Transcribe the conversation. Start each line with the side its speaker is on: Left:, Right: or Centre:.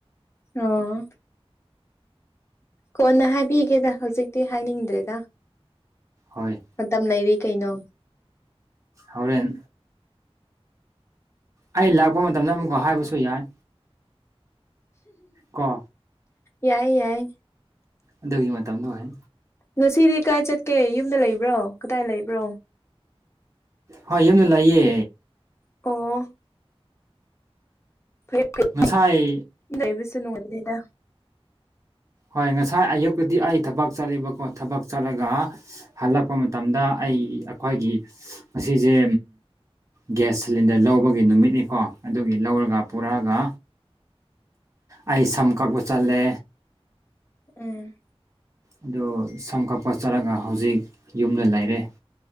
Left: ꯑꯣ ꯀꯣꯟꯅ ꯍꯥꯏꯕꯤꯒꯦꯗ ꯍꯧꯖꯤꯛꯇꯤ ꯍꯥꯏꯅꯤꯡꯗ꯭ꯔꯦꯗ
Right: ꯍꯣꯏ
Left: ꯃꯇꯝ ꯂꯩꯔꯤ ꯀꯩꯅꯣ
Right: ꯍꯧꯔꯦꯟ ꯑꯩ ꯂꯥꯛꯄ ꯃꯇꯝꯗ ꯑꯃꯨꯛꯀ ꯍꯥꯏꯕꯁꯨ ꯌꯥꯏ ꯀꯣ
Left: ꯌꯥꯏ ꯌꯥꯏ
Right: ꯑꯗꯨꯒꯤ ꯃꯇꯝꯗꯣ ꯍꯣꯏ
Left: ꯉꯁꯤꯗꯤ ꯀꯥꯏ ꯆꯠꯀꯦ ꯌꯨꯝꯗ ꯂꯩꯕ꯭ꯔꯣ ꯀꯗꯥꯏ ꯂꯩꯕ꯭ꯔꯣ
Right: ꯍꯣꯏ ꯌꯨꯝꯗ ꯂꯩꯌꯦ
Left: ꯑꯣ <unintelligible> <inaudible>
Right: ꯉꯁꯥꯏ
Left: ꯂꯩꯕꯤꯁꯨ ꯅꯨꯉꯥꯏꯅꯤꯗ
Right: ꯍꯣꯏ ꯉꯁꯥꯏ ꯑꯌꯨꯛꯇꯗꯤ ꯑꯩ ꯊꯕꯛ ꯆꯠꯂꯤꯕꯀꯣ ꯊꯕꯛ ꯆꯠꯂꯒ ꯍꯜꯂꯛꯄ ꯃꯇꯝꯗ ꯑꯩ ꯑꯩꯈꯣꯏꯒꯤ ꯃꯁꯤꯁꯦ ꯒ꯭ꯌꯥꯁ ꯁꯤꯂꯤꯟꯗꯔ ꯂꯧꯕꯒꯤ ꯅꯨꯃꯤꯠꯅꯤꯀꯣ ꯑꯗꯨꯒꯤ ꯂꯧꯔꯒ ꯄꯨꯔꯛꯑꯒ ꯑꯩ ꯁꯝ ꯀꯛꯄ ꯆꯠꯂꯦ
Left: ꯎꯝ
Right: ꯑꯗꯣ ꯁꯝ ꯀꯛꯄ ꯆꯠꯂꯒ ꯍꯧꯖꯤꯛ ꯌꯨꯝꯗ ꯂꯩꯔꯦ